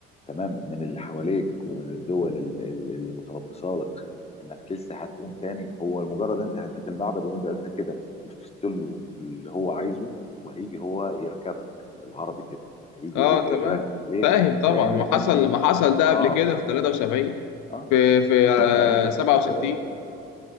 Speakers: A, on the left; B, on the left.
A: تمام من اللي حواليك ومن الدول ال- ال- اللي متربصه لك انك لسه هتقوم تاني هو لمجرد انت هديت المعبد ان انت انت كده نفذت له اللي هو عايزه وهيجي هو يركبك بالعربي كده هيجي
B: اه
A: يروح
B: تمام
A: يراكبك ليه؟
B: فاهم طبعا
A: لانك
B: ما حصل
A: انت
B: ما حصل ده قبل
A: اه
B: كده في 73
A: اه,
B: في في آه
A: آه انت في
B: 67
A: في-